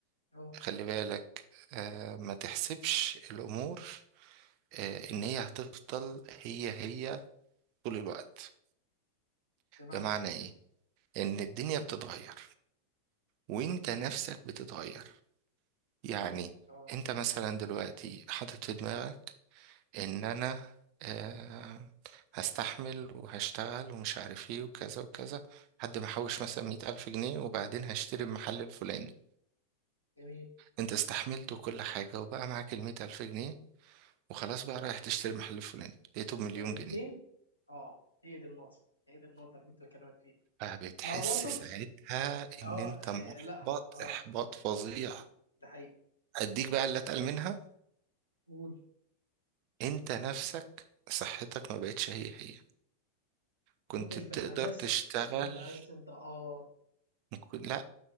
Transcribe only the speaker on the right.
خلي بالك آه ما تحسبش الامور آه ان هي هتفضل هي هي طول الوقت
بمعنى ايه ان الدنيا بتتغير وانت نفسك بتتغير يعني
انت مثلا دلوقتي حاطط في دماغك ان انا آه، هستحمل وهشتغل ومش عارف ايه وكذا وكذا لحد ما احوش مثلا مية الف جنيه وبعدين هشتري المحل الفلاني
انت استحملت وكل حاجة وبقى معاك المية الف جنيه وخلاص بقى رايح تشتري المحل الفلاني لقيته بمليون
جنيه
فبتحس
ساعتها
ان انت
محبط
احباط فظيع
اديك بقى اللي اتقل منها
انت نفسك صحتك ما بقتش هي هي كنت
بتقدر
تشتغل
ممكن- لا